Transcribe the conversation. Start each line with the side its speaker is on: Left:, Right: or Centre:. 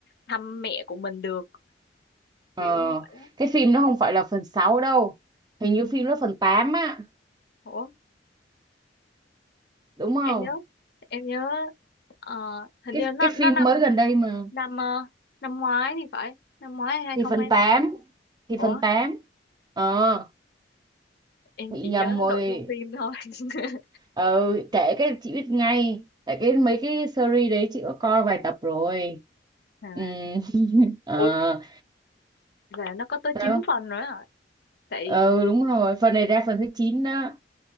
Left: thăm mẹ của mình được
Right: Ờ,
Left: kiểu như vậy á
Right: cái phim nó không phải là phần 6 đâu. Hình như phim nó phần 8 á,
Left: ủa
Right: đúng không?
Left: em nhớ em nhớ ờ, hình
Right: Cái
Left: như nó
Right: cái
Left: nó
Right: phim
Left: năm
Right: mới gần đây mà.
Left: năm ờ, năm ngoái thì phải năm ngoái hai
Right: thì
Left: không
Right: phần
Left: hai,
Right: tám thì
Left: ủa
Right: phần tám ờ
Left: em
Right: bị
Left: chỉ
Right: nhầm
Left: nhớ
Right: rồi
Left: nội dung phim thôi <laughs>
Right: ờ kể cái chị biết ngay tại cái mấy cái series đấy chị có coi vài tập rồi
Left: à
Right: ừ <laughs> ờ
Left: ủa là nó có tới
Right: sao
Left: 9 phần nữa hả tại
Right: ừ đúng rồi phần này ra phần thứ 9 đó